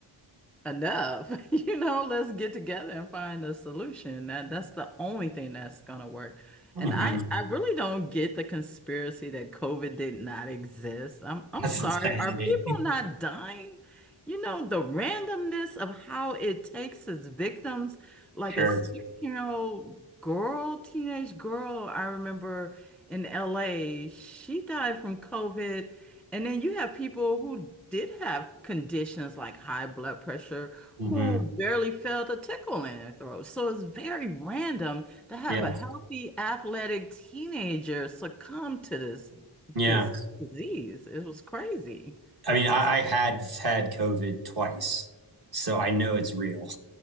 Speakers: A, in the centre; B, on the right.
A: enough. <laughs> You know, let's get together and find a solution. That that's the only thing that's gonna work.
B: hmm
A: And I I really don't get the conspiracy that COVID did not exist. I'm I'm
B: That's
A: sorry.
B: insanity.
A: Are people not
B: <laughs>
A: dying? You know, the randomness of how it takes its victims, like
B: Sure.
A: a 16-year-old girl, teenage girl, I remember in LA, she died from COVID and then you have people who did have conditions like high blood pressure
B: hmm
A: who barely felt a tickle in their throat. So it's very random to have
B: Yeah.
A: a healthy, athletic teenager succumb to this
B: Yeah.
A: this disease. It was crazy.
B: I mean, I, I had had COVID twice, so I know it's real.